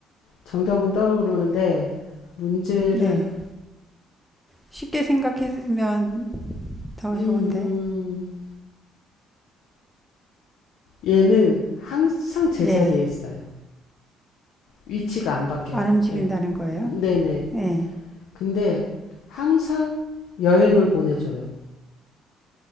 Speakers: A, on the left (about 70°); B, in the centre.
A: 정답은 떠오르는데, 문제를,
B: 네, 쉽게 생각했으면 더
A: 음,
B: 좋은데.
A: 얘는 항상 제자리에
B: 예.
A: 있어요. 위치가 안 바뀌어요,
B: 안 움직인다는
A: 얘는.
B: 거예요?
A: 네네.
B: 네.
A: 근데 항상 여행을 보내줘요.